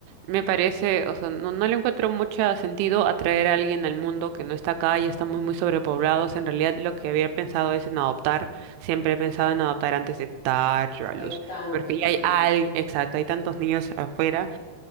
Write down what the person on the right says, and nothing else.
me parece, o sea, no, no le encuentro mucho sentido atraer a alguien al mundo que no está acá, ya estamos muy sobrepoblados. En realidad, lo que había pensado es en adoptar. Siempre he pensado en adoptar antes de dar yo a
luz,
porque ya
hay, al- exacto, hay tantos niños afuera